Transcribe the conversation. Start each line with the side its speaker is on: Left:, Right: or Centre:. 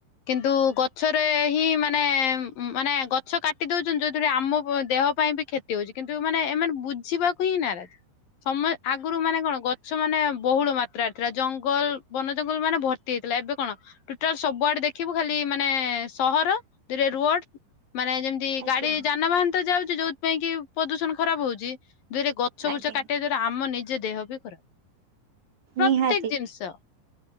Left: କିନ୍ତୁ ଗଛରେ ହିଁ ମାନେ ମାନେ ଗଛ କାଟି ଦଉଛନ୍ତି ଯୋଉଥିରେ ଆମ ଦେହ ପାଇଁ ବି କ୍ଷତି ହଉଛି କିନ୍ତୁ ମାନେ ଏମାନେ ବୁଝିବାକୁ ହିଁ ନାରାଜ ସମ୍ ଆଗରୁ ମାନେ କଣ ଗଛ ମାନେ ବହୁଳ ମାତ୍ରାରେ ଥିଲା ଜଙ୍ଗଲ ବନ ଜଙ୍ଗଲ ମାନେ ଭର୍ତ୍ତି ହେଇଥିଲା ଏବେ କଣ? ଟୋଟାଲ ସବୁଆଡେ ଦେଖିବୁ ଖାଲି ମାନେ ସହର ଦ ରୋଡ ମାନେ ଯେମତି ଯୋଉ
Right: ଆଜ୍ଞା
Left: ଗାଡି ଯାନବାହାନ ତ ଯାଉଛି ଯୋଉଥି ପାଇଁ କି ପ୍ରଦୂଷଣ ଖରାପ ହଉଛି ଦୁଇରେ ଗଛ
Right: ଆଜ୍ଞା
Left: ବୁଛ କା ଆମ ନିଜ ଦେହ ବି ଖରାପ। ପ୍ରତ୍ୟେକ
Right: ନିହାତି।
Left: ଜିନିଷ